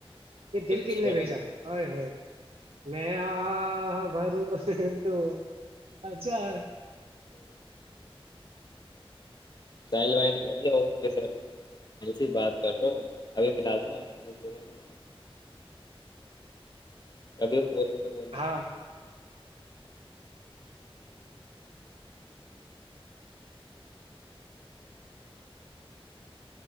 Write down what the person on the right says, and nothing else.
یہ
دل
کن نے بھیجا ہو میں آ بھرو تو جائے
ہاں